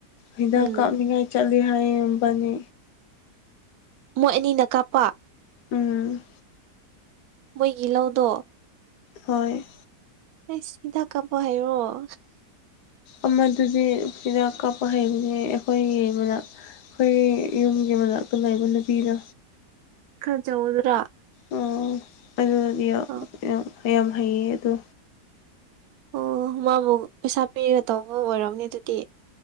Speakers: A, on the left; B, on the right.
A: ꯍꯤꯗꯥꯛ
B: ꯎꯝ
A: ꯀꯥꯞꯅꯤꯡꯉꯥꯏ ꯆꯠꯂꯤ ꯍꯥꯏꯌꯦꯕꯅꯤ
B: ꯃꯣꯏ ꯑꯅꯤꯅ ꯀꯥꯞꯄ
A: ꯎꯝ
B: ꯃꯣꯏꯒꯤ ꯂꯧꯗꯣ
A: ꯍꯣꯏ
B: ꯆꯤꯗꯥꯥꯛ ꯀꯥꯄ ꯍꯥꯏꯦ ꯑꯣ
A: ꯑꯃꯗꯨꯗꯤ ꯍꯤꯗꯥꯛ ꯀꯥꯞꯄ ꯍꯩꯕꯅꯦ ꯑꯩꯈꯣꯏ ꯌꯦꯡꯕꯗ ꯑꯩꯈꯣꯏ ꯌꯨꯝꯒꯤ ꯃꯅꯥꯛꯇ ꯂꯩꯕ ꯅꯨꯄꯤꯗ
B: ꯈꯖꯧꯗ꯭ꯔꯥ
A: ꯑꯣ ꯑꯗꯨꯗꯤ ꯌꯥꯝ
B: ꯑꯥ
A: ꯌꯥꯝ ꯍꯩꯌꯦ ꯑꯗꯣ
B: ꯑꯣ ꯃꯥꯕꯨ ꯄꯩꯁꯥ ꯄꯤꯔ ꯇꯧꯕ ꯑꯣꯏꯔꯝꯅꯦ ꯑꯗꯨꯗꯤ